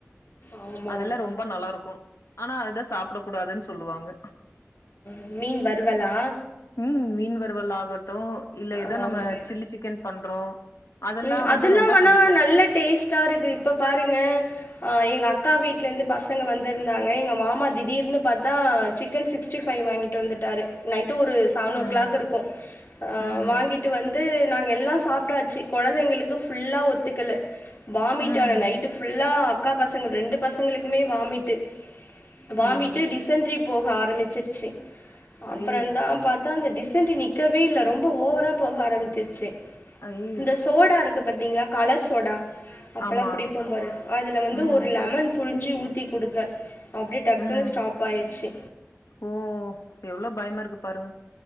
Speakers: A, on the left; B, on the left.
A: ஆமா ஆமா
B: அதெல்லா ரொம்ப நல்லா இருக்கு ஆனா அதுதா சாப்ட கூடாதுனு சொல்லுவாங்க
A: அ மீன் வருவலா
B: ம் மீன் வரவலா இருகட்டும் இல்ல எதோ
A: ஆமா.
B: நம்ம சில்லி சிக்கன் பண்றோ அதெல்லா
A: ம். அதெல்லாம்
B: வந்து ரொம்ப
A: ஆனா
B: புடிக்கு
A: நல்ல டேஸ்ட்டா இருக்கு இப்ப பாருங்க எங்க அக்கா வீட்ல இருந்து பசங்க வந்திருந்தாங்க எங்க மாமா திடீர்னு பாத்தா சிக்கன் சிக்ஸ்டி பைவ் வாங்கி வந்துட்டாரு நைட்டும் ஒரு செவனோ
B: ம்
A: கிளாக் இருக்கு அ
B: ம்
A: வாங்கிட்டு வந்து நாங்க எல்லா சாப்ட்டாச்சு கொழந்தைங்களுக்கு ஃபுல்லா ஒத்துக்கல வாமிட்
B: ம்
A: ஆன நைட்டு ஃபுல்லா அக்கா பசங்க ரெண்டு பசங்களுக்குமே வாமிட்டு வாமிட்டு
B: அய்யய்யோ
A: டிசென்ட்ரி போக ஆரம்பிச்சிருச்சு
B: அய்யய்யோ
A: அப்பற தா பாத்தா அந்த டிசென்ட்ரி நி நிக்கவே இல்ல ரொம்ப ஓவரா போக ஆரம்பிச்சிருச்சு
B: ஐய்யயோ
A: இந்த சோடா இருக்கு பாத்தீங்களா கலர் சோடா அப்பெல்லா
B: ஆமா
A: குடிப்போ பாரு அதில வந்து
B: ம்
A: ஒரு லெமன் புழிஞ்சி ஊத்தி குடுத்தே அப்டியே டக்குனு
B: ம்
A: ஸ்டாப் ஆய்டுச்சு
B: ஓ எவ்ளோ பயமா இருக்கு பாருங்க